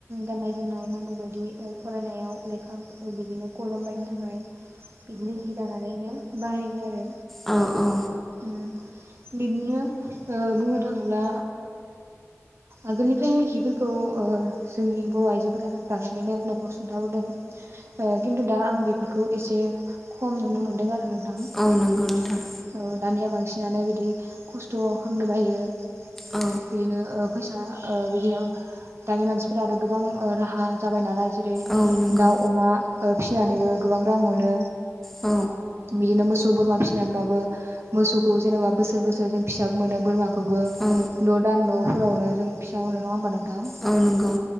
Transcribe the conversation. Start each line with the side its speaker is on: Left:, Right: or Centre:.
Right: गाननाय जोमनाय ओ नांगौ बायदि फरायनायाव लेखा बिदिनो कलम बायनो थाखाय बिदिनो हि दानानैनो बाहायबो आरो।
Centre: औ औ
Right: उम। बिदिनो ओ बुंनो थाङोब्ला आगोलनिफ्राय हिफोरखौ जोंनि बर' आइजोफोरा दानानैनो न'खर सुंथाबोदों। ओ खिन्थु दा आं बे बेफोरखौ एसे खम नुनो मोन्दों आरो। दां
Centre: औ नंगौ नोंथां
Right: औ दानिया बांसि नानो बिदि खस्थ' खालामनो बायो।
Centre: औ
Right: बिनो ओ फैसा ओ बिदिनो दानि मानसिफोरा आरो गोबां ओ राहा जाबाय नालाय जेरै
Centre: औ नंगौ
Right: दाउ अमा ओ फिसिनानैबो गोबां रां मोनो
Centre: औ
Right: बिदिनो मोस <unintelligible> फिसिनानैबाबो मोसौखौ जेनेबा बोसोर बोसोर जों फिसाबो मोनो बोरमाखौबो
Centre: औ
Right: द' दान द'फोरावनो जों फिसा मोनो नङा होनबानों - थां
Centre: औ नंगौ